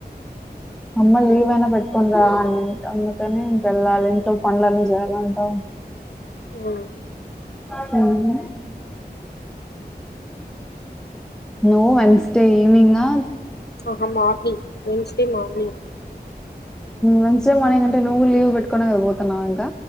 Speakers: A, in the centre; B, on the left.
A: అమ్మ లీవ్ అయినా పెట్టుకునిరా అనింది అందుకని ఇంక వెళ్ళాలి ఇంట్లో పనులన్నీ జేయాలంటా.
B: ఆ
A: మ్మ్ నువ్ వెన్స్డే ఈవెనింగా
B: ఓహో మార్నింగ్ వెన్స్ డే మార్నింగ్
A: మంచిగ మార్నింగ్ అంటే నువ్వు కూడా లీవ్ పెట్టుకూని పోతున్నావు ఇంకా